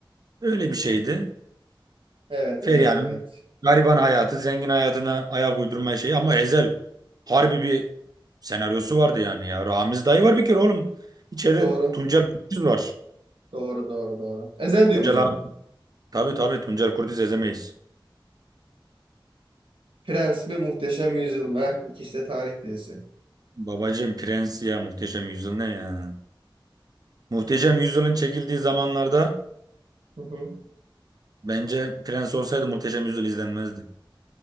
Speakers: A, on the right; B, on the right.
A: Öyle bir şeydi.
B: Evet
A: Feriha'nın
B: evet evet.
A: gariban hayatı, zengin hayatına ayak uydurma şeyi ama Ezel harbi bir senaryosu vardı yani ya. Ramiz dayı var bir kere oğlum. İçeride
B: Doğru.
A: Tuncel Kurtiz var.
B: Doğru doğru doğru. Ezel diyorum
A: Tuncel
B: o zaman.
A: abi. Tabii tabii Tuncel Kurtiz ezemeyiz.
B: Prens mi Muhteşem Yüzyıl mı? Heh, İkisi de tarih dizisi.
A: Babacığım Prens ya Muhteşem Yüzyıl ne ya? Muhteşem Yüzyıl'ın çekildiği zamanlarda
B: Hı hı.
A: bence Prens olsaydı Muhteşem Yüzyıl izlenmezdi.